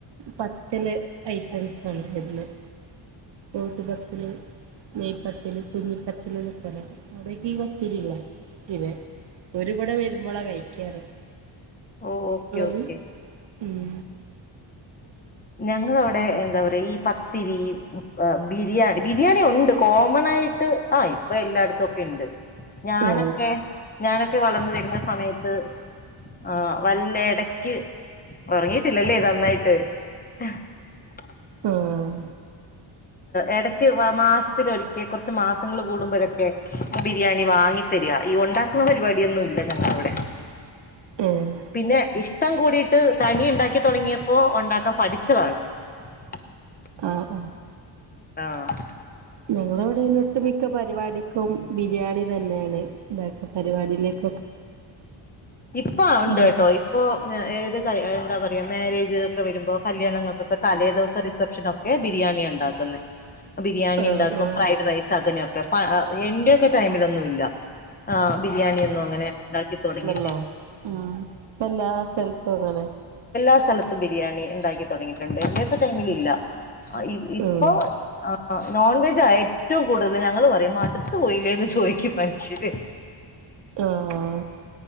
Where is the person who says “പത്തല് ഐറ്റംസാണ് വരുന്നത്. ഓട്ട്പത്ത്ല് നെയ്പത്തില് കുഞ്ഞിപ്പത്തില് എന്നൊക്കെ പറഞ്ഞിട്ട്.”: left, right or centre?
Right